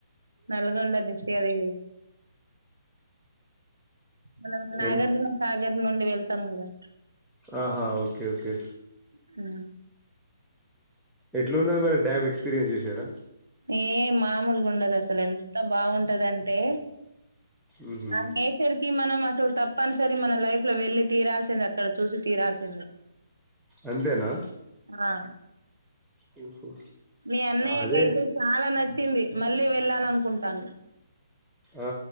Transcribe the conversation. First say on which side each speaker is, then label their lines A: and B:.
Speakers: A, on the right (about 75°); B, in the centre.
A: నల్గండ డిస్ట్రిక్ అది మనం నాగార్జున
B: ఎ
A: సాగర్ నుండి వెళ్తాం కదా
B: ఆహా ఓకే ఓకే
A: హ
B: ఎట్లు ఉందో మరి డ్యామ్ ఎక్స్పీరియన్స్ చేసారా
A: ఏ మామూలుగా ఉండదు అసలు ఎంత బాగుంటదంటే
B: ఊహు
A: ఆ నేచర్ కి మనం అసలు తప్పు తప్పనిసరి మన లైఫ్ లో వెళ్లి తీరాల్సిందే అక్కడ చూసి తీరాల్సిందే
B: అంతేనా
A: ఆ
B: హుహు.
A: మీ అన్నయ్యక
B: అదే
A: అయితే చాలా నచ్చింది మళ్ళీ వెళ్ళాను అనుకుంటాను
B: ఆ